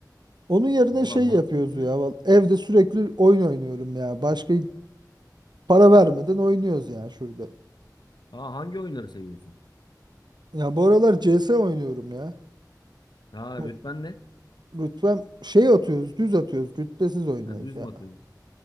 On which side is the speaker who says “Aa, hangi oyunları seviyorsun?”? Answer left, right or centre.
Left